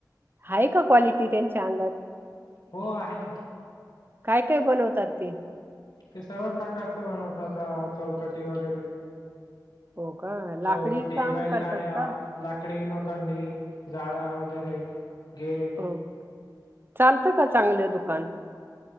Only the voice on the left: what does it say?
हो आहे ना.
ते सर्व प्रकारचं बणवतात आता चौकटी वगैरे
चौकटी,
बैलगाड्या.
लाकडी लोखंडी जाळ्या, वगैरे गेट.